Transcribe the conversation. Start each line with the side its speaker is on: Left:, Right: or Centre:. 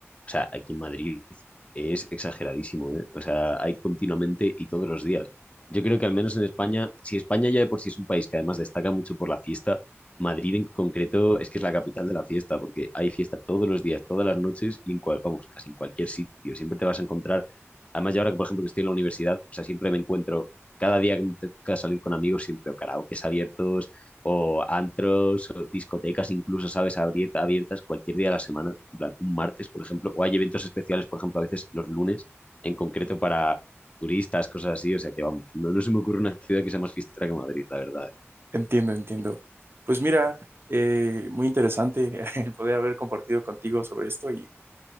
Left: sea, aquí en Madrid es exageradísimo, ¿eh? O sea, hay continuamente y todos los días. Yo creo que al menos en España, si España ya de por sí es un país que además destaca mucho por la fiesta, Madrid en concreto es que es la capital de la fiesta, porque hay fiesta todos los días, todas las noches y en cual, vamos, casi en cualquier sitio. Siempre te vas a encontrar, además yo ahora que por ejemplo que estoy en la universidad, o sea, siempre me encuentro, cada día que me toca salir con amigos, siempre o karaokes abiertos, o antros, o discotecas incluso, ¿sabes? Abierta, abiertas cualquier día de la semana, en plan, un martes, por ejemplo, o hay eventos especiales, por ejemplo, a veces los lunes, en concreto para turistas, cosas así, o sea que vamos, no, no se me ocurre una ciudad que sea más fiestera que Madrid, la verdad.
Right: Entiendo, entiendo. Pues mira, eh, muy interesante <laughs> el poder haber compartido contigo sobre esto y